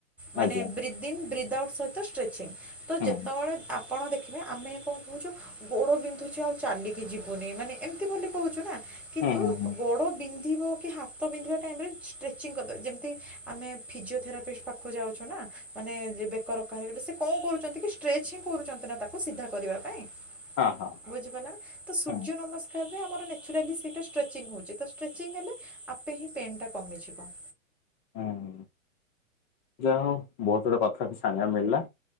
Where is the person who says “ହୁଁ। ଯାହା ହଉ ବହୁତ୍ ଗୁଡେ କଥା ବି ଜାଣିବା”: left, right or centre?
Left